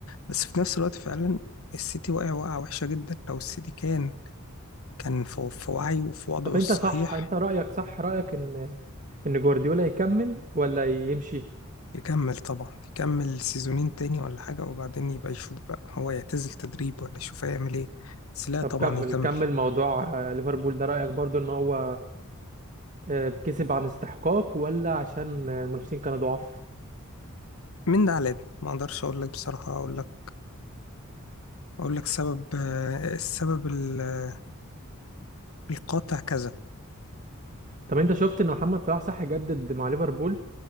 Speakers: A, on the left (about 70°); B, on the right (about 35°).
A: بس في نفس الوقت فعلا السيتي واقع وقعة وحشة جدا لو السيتي كان كان في في وعيه وفي وضعه
B: طب انت
A: الصحيح
B: صح انت رأيك صح رأيك ان ان جوارديولا يكمل ولا يمشي
A: يكمل طبعا يكمل سيزونين تاني ولا حاجة وبعدين يبقى يشوف بقى هو يعتزل تدريب ولا يشوف هيعمل ايه بس لا
B: طب
A: طبعا
B: كمل
A: يكمل
B: كمل موضوع آه، ليفربول ده رأيك برضو ان هو آه، كسب عن استحقاق ولا عشان آه، المنافسين كانوا ضعاف
A: من ده على ده ما اقدرش اقول لك بصراحة اقول لك اقول لك سبب آه، السبب ال- القاطع كذا
B: طب انت شفت ان محمد صلاح صح يجدد مع ليفربول